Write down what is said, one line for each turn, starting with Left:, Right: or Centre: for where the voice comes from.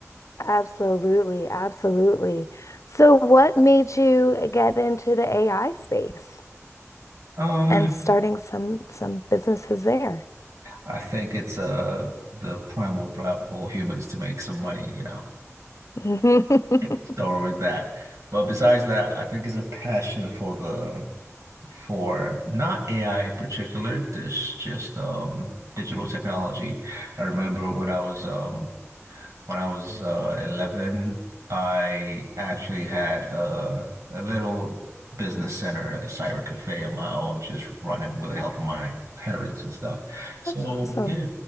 Left: Absolutely, absolutely. So what made you get into the AI space
Right: Um,
Left: and starting some some businesses there?
Right: I think it's uh the primal drive of all humans to make some money, you know.
Left: <laughs> That's
Right: <laughs> Don't worry with that. But besides that, I think it's a passion for the for not AI in particular, this just um digital technology. I remember when I was um when I was uh 11, I actually had a a little business center, a cyber cafe of my own, just running with the help of my parents and stuff. So
Left: awesome.
Right: yeah,